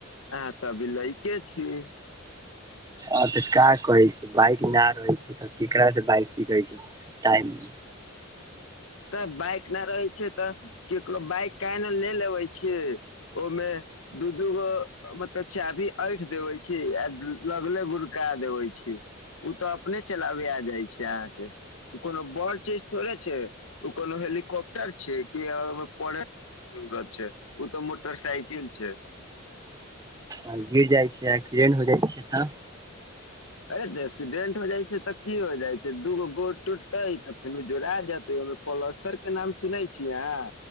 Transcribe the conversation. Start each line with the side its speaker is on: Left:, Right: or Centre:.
Left: अहाँ तऽ अभी लैके छीयै
Right: आ तऽ का कहै छै बाइक ना रहै छै तऽ केकर स बाइक सीखै छै टाइम
Left: <unintelligible> तऽ बाइक नहि रहै छै तऽ केकरो बाइक किये ने ले लेबे छियै ओहिमें दू दूगो मतलब चाभी ऐठ देबे छीयै आ लगले गुड़का देबे छियै ओ तऽ अपने चलाब आ जाइ छै अहाँके कोनो बड़ चीज थोड़े छै ओ कोनो हेलीकॉप्टर छै कि ओहि पढे जरूरत छै ओ तऽ मोटरसइकिल छै
Right: आ गिर जाइ छै एक्सीडेंट हो जाइ छै तऽ
Left: ए त एक्सीडेंट हो जाइ छै तऽ की हो जाइ छै दूगो गोड़ टूटते त फेर जोड़ा जेते पलस्तर के नाम सुनै छियै अहां